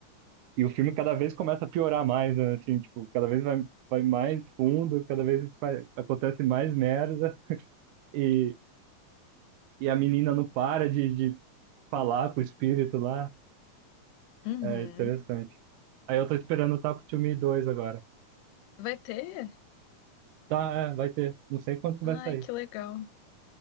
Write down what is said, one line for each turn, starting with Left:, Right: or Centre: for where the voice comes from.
Right: E o filme cada vez começa a piorar mais, né? Assim, tipo, cada vez vai, vai mais fundo, cada vez vai- acontece mais merda e, e a menina não para de, de falar com o espírito lá.
Left: Uhum.
Right: É interessante. Aí eu tô esperando o Taco to Me 2 agora.
Left: Vai ter?
Right: Tá, é, vai ter. Não sei quando que
Left: Ai,
Right: vai sair.
Left: que legal.